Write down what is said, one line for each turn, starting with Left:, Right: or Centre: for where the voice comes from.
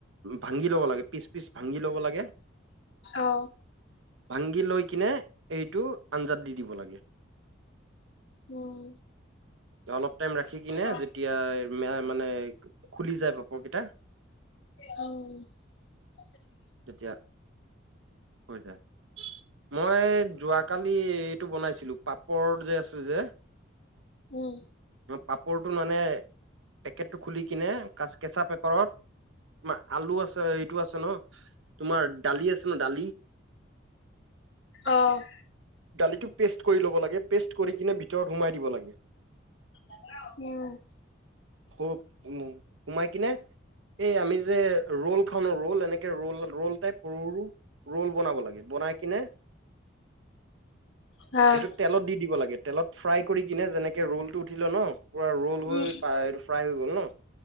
Right: ভাঙি ল'ব লাগে পিচ পিচ ভাঙি ল'ব লাগে।
Left: অ
Right: ভাংগি লৈ কিনে এইটো আঞ্জাত দি দিব লাগে।
Left: উম।
Right: অলপ টাইম ৰাখি কিনে
Left: অ
Right: যেতিয়া মানে খুলি যায় পাপৰকেইটা।
Left: <unintelligible>
Right: যেতিয়া হৈ যায় মই যোৱাকালি এইটো বনাইছিলো পাপৰ। পাপৰ যে আছে যে
Left: উম।
Right: পাপৰটো মানে, পেকেটটো খুলি কিনেচ কেঁচা পেপাৰত তমাৰ আলু আছে এইটো আছে ন তোমাৰ দালি আছে ন দালি?
Left: অ'।
Right: দালিটো পে'ষ্ট কৰি ল'ব লাগে পে'ষ্ট কৰি কিনে ভিতৰত সোমাই দিব লাগে।
Left: <unintelligible>
Right: খ উ সোমাই কিনে এই আমি যে ৰল খা ন ৰল। ৰল টাইপ সৰু সৰু ৰ'ল বনাব লাগে বনাই কিনে।
Left: হ্যাঁ
Right: এটো তেলত দি দিব লাগে তেলত। ফ্ৰাই কৰি কিনে যেনেকে ৰল টো উঠিল ন পুৰা ৰল
Left: হুম
Right: হৈ ফ্ৰাই হৈ গ'ল ন।